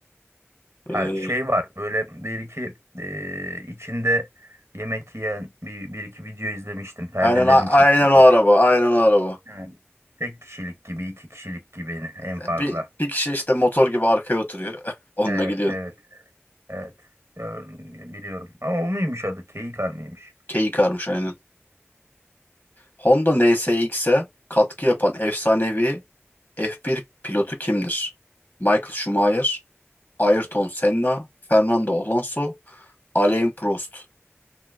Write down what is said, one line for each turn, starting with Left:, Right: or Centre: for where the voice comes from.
Right: Ha,
Left: Ee,
Right: şey var böyle bir iki e, içinde yemek yiyen bir, bir iki video izlemiştim. Perdelerini
Left: Aynen a- aynen
Right: çekiyor
Left: o
Right: da.
Left: araba. Aynen o araba.
Right: Ha. Tek kişilik gibi iki kişilik gibi en
Left: Yani
Right: fazla.
Left: bir bir kişi işte motor gibi arkaya oturuyor. <laughs> Onunla
Right: Evet
Left: gidiyorsun.
Right: evet evet. Ör- Biliyorum. Ama o muymuş adı? Geyikar mıymış?
Left: Keyik karmış aynen. Honda NSX'e katkı yapan efsanevi F1 pilotu kimdir? Michael Schumacher, Ayrton Senna, Fernando Alonso, Alain Prost.